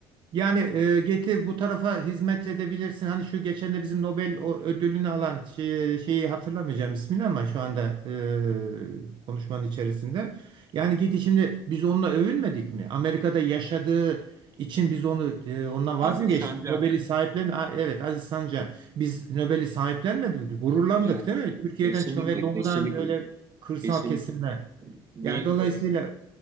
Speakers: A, on the right; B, on the right.
A: Yani e, getir bu tarafa hizmet edebilirsin. Hani şu geçen de bizim Nobel o ödülünü alan şey- şeyi hatırlamayacağım ismini ama şu anda e, konuşmanın içerisinde. Yani git şimdi biz onunla övünmedik mi? Amerika'da yaşadığı için biz onu e, ondan
B: Aziz
A: vaz mı geçtik?
B: Sancar,
A: Nobel'i sahiplen A- evet Aziz Sancar. Biz Nobel'i sahiplenmedik mi? Gururlandık
B: e,
A: değil mi? Türkiye'den
B: kesinlikle,
A: çıkan ve doğudan
B: kesinlikle,
A: öyle kırsal
B: kesinlikle.
A: kesimler.
B: Bir
A: Yani dolayısıyla
B: e,